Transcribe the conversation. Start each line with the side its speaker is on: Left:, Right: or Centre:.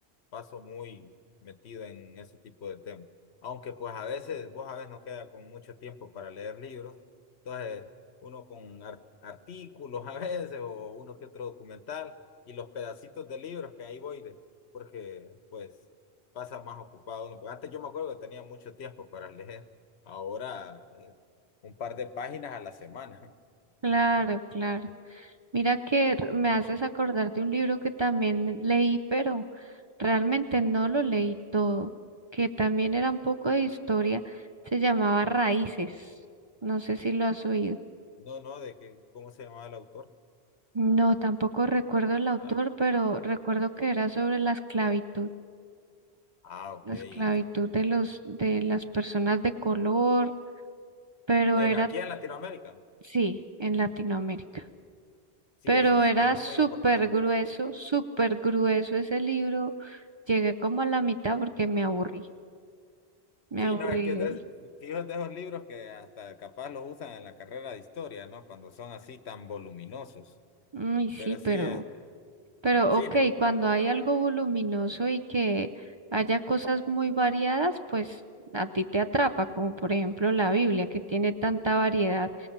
Left: Paso muy metido en ese tipo de temas. Aunque pues a veces, vos a veces no queda con mucho tiempo para leer libros. Entonces, uno con ar- artículos a veces o uno que otro documental y los pedacitos de libros que ahí voy de, porque pues pasa más ocupado uno. Porque antes yo me acuerdo que tenía mucho tiempo para leer. Ahora, eh, un par de páginas a la semana. <laughs>
Right: claro, claro. Mira que r- me haces acordar de un libro que también leí, pero realmente no lo leí todo, que también era un poco de historia. Se llamaba Raíces. No sé si lo has oído.
Left: No, no, de que, ¿cómo se llamaba el autor?
Right: No, tampoco recuerdo el autor,
Left: Ah,
Right: pero recuerdo que era sobre la esclavitud.
Left: ah, ok,
Right: la
Left: ese
Right: esclavitud de los, de las personas de color, pero
Left: En,
Right: era,
Left: aquí en Latinoamérica.
Right: sí, en Latinoamérica.
Left: Sí,
Right: Pero
Left: ese es,
Right: era
Left: este, es
Right: súper
Left: muy importante.
Right: grueso, súper grueso ese libro. Llegué como a la mitad porque me aburrí, me
Left: Sí,
Right: aburrí
Left: no, es que es
Right: de
Left: de,
Right: él.
Left: fíjate esos libros que hasta capaz los usan en la carrera de historia, ¿no? Cuando son así tan voluminosos.
Right: Mm, Y sí,
Left: Pero sí,
Right: pero,
Left: es,
Right: pero
Left: sí,
Right: ok,
Left: no,
Right: cuando hay algo voluminoso y que haya cosas muy variadas, pues a ti te atrapa, como por ejemplo la Biblia, que tiene tanta variedad.